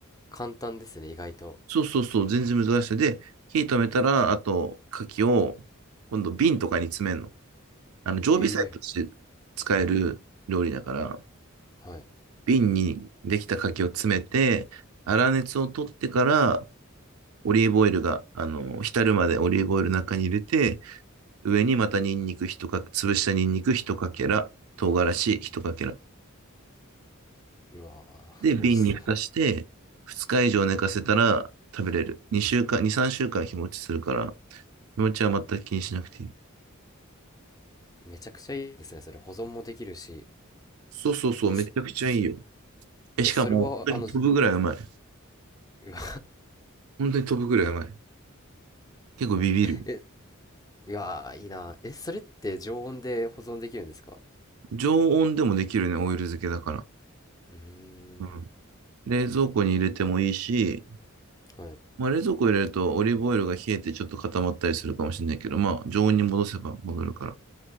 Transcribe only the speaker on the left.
簡単ですね、意外と。
ええはい。
うわ
ー、美味しそう。
<laughs> めちゃくちゃいいですね、それ。保存もできるし。
え、
す
え、それは、
あの、うわ、
え、うわー、いいな。え、それって常温で保存できるんですか
うーん、
はい。